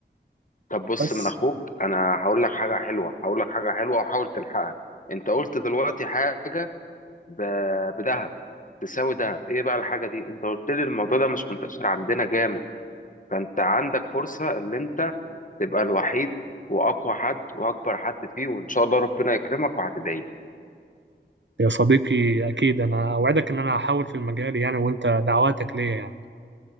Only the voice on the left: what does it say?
طب بص
من اخوك انا هقول لك حاجه حلوه هقول لك حاجه حلوه وحاول تلحقها انت قلت دلوقتي حاجه ب... بدهب تساوي دهب ايه بقى الحاجه دي انت قلت لي الموضوع ده مش منتشر عندنا جامد فانت عندك فرصه اللي انت تبقى الوحيد واقوى حد واكبر حد فيه وان شاء الله ربنا يكرمك وهتدعي لي.